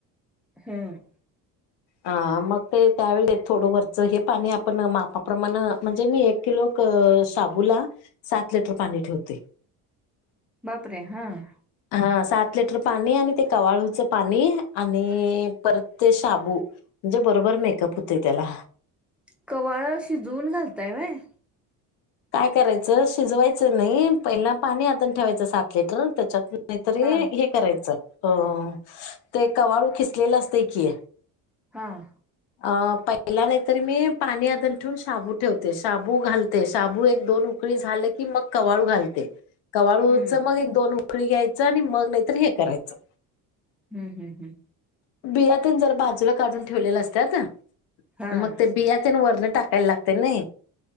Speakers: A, in the centre; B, on the left (about 70°).
A: हम्म.
B: ह मग ते त्यावेळीे थोडं वरच हे पाणी आपण मापाप्रमाण म्हणजे, मी एक- किलोत साबूला सात लिटर पाणी ठेवते.
A: बापरे! हां.
B: हां सात लिटर पाणी आणि ते कवाळूचं पाणी- आणि परत ते शाबू म्हणजे, बरोबर मेकअप होतंय त्याला.
A: कवाळं शिजवून घालताय व्हय?
B: काय करायचं, शिजवायचं नाही, पहिला पाणी आटून ठेवायचं सात लिटर त्याच्यात- नाहीतरी
A: हां
B: हे करायचं, अ.. ते कवाळू खिसलेलं असतय की-
A: हां.
B: अ पहिला <unintelligible> नाहीतरी मी पाणी आदण ठेवून शाबू ठेवते शाबू घालतेस. शाबू एक दोन उकळी झाले की, मग कवाळू घालते कवाळूच
A: हम्म
B: मग हे- दोन उकळी घ्यायचं आणि मग नाहीतर हे करायचं.
A: हं हं हं.
B: बिया तेन जरा बाजूला काढून ठेवलेलं असत्यात-
A: हां.
B: मग ते बिया तेन वरनं टाकायला लागते नाही.